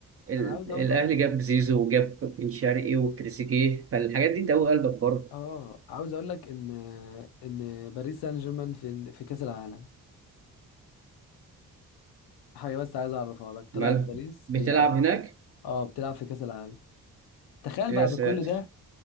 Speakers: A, on the right; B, on the left.
A: ال...
B: انا عاوز اقول
A: الأهلي
B: لك
A: جاب زيزو وجاب بن شرقي وتريزيجيه فالحاجات دي تقوي قلبك برضه
B: اه عاوز اقول لك ان ان باريس سان جيرمان في في كاس العالم حاجه بس عايز اعرفها لك طلعت
A: مالها
B: باريس
A: بتلعب
B: فيها اه
A: هناك
B: اه بتلعب في كاس العالم تخيل
A: يا
B: بعد
A: ساتر
B: كل ده